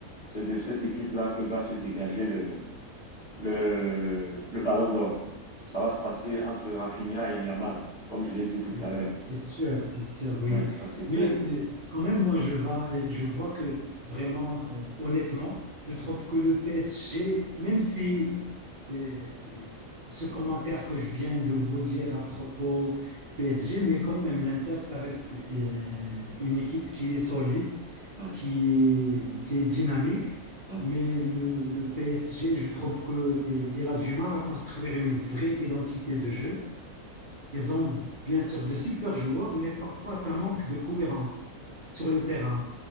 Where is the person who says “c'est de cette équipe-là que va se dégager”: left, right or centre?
Left